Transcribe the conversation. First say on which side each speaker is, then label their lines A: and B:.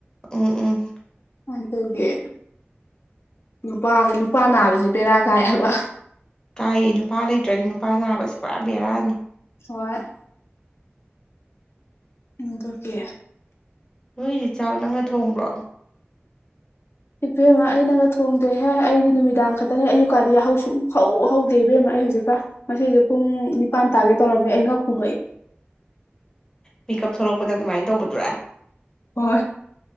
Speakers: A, on the left (about 15°); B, on the left (about 70°).
A: ꯎꯝ ꯎꯝ
B: ꯀꯨꯃꯥꯏꯅ ꯇꯧꯒꯦ ꯅꯨꯄꯥꯒ ꯅꯨꯄꯥ ꯅꯥꯕꯁꯦ ꯕꯦꯔꯥ ꯀꯥꯏꯑꯕ
A: ꯀꯥꯏꯌꯦ ꯅꯨꯄꯥ ꯂꯩꯇ꯭ꯔꯗꯤ ꯅꯨꯄꯥ ꯅꯥꯕꯁꯤ ꯄꯨꯔꯥ ꯕꯦꯔꯥꯅꯤ
B: ꯍꯔ ꯏꯀꯀꯦ
A: ꯅꯣꯏꯒꯤꯁꯤ ꯆꯥꯛ ꯅꯪꯅ ꯊꯣꯡꯕ꯭ꯔꯣ
B: ꯏꯕꯦꯝꯃ ꯑꯩꯅꯒ ꯊꯣꯡꯗ꯭ꯔꯦꯍꯦ ꯑꯩꯗꯤ ꯅꯨꯃꯤꯗꯥꯡ ꯈꯛꯇꯅꯤ ꯑꯌꯨꯛꯀꯥꯟꯗꯤ ꯁꯨꯡ ꯍꯧ ꯍꯧꯗꯦ ꯏꯕꯦꯝꯃ ꯑꯩ ꯍꯧꯖꯤꯛꯀ ꯉꯁꯤꯁꯦ ꯄꯨꯡ ꯅꯤꯄꯥꯥꯟ ꯇꯥꯒꯦ ꯇꯧꯔꯝꯃꯤ ꯑꯩ ꯉꯥꯛ ꯐꯣꯡꯉꯣꯛꯏ
A: ꯄꯤꯛ ꯎꯞ ꯊꯣꯛꯂꯛꯄꯗ ꯑꯗꯨꯃꯥꯏꯅ ꯇꯧꯕꯗꯨꯔꯥ
B: ꯍꯣꯏꯣꯏ